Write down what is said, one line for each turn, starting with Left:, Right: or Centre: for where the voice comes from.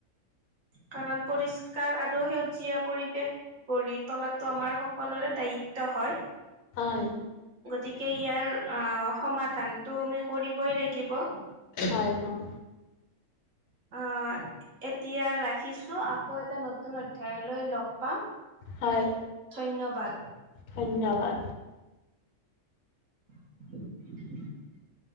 Right: কাৰণ পৰিষ্কাৰ আৰু সেউজীয়া পৰিৱেশ গৰিত তলাটো আমাৰ সকলোৰে দায়িত্ব হয়।
Left: হয়
Right: গতিকে ইয়াৰ আহ সমাধানতটো আমি কৰিবই লাগিব।
Left: হয়-হয়।
Right: অ' এতিয়া ৰাখিছো আকৌ এটা নতুন নতুন অধ্যায়লৈ লগ পাম।
Left: হয়
Right: ধন্যবাদ।
Left: ধন্যবাদ
Right: <inaudible>